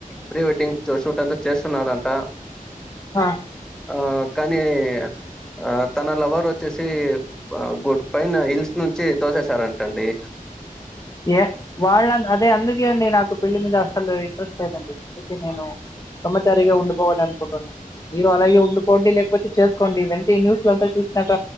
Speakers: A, in the centre; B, on the left (about 25°).
A: ప్రీ వెడ్డింగ్ షూట్ అంతా చేస్తున్నారంట
B: ఆ
A: ఆ కానీ ఆ తన లవర్ వచ్చేసి గుడ్ పైన హిల్స్ నుంచి తోసేసారంటండి
B: ఏ వాళ్ళ అదే అందుకే అండి నాకు పెళ్లి మీద అసలు ఇంట్రెస్ట్ లేదండి అందుకే నేను బ్రహ్మచారిగా ఉండుకోవాలనుకుంటున్నాను మీరు అలాగే ఉండుపోండి లేకపోతే చేసుకోండి వెంటి న్యూస్లు అంతా చూస్ సాక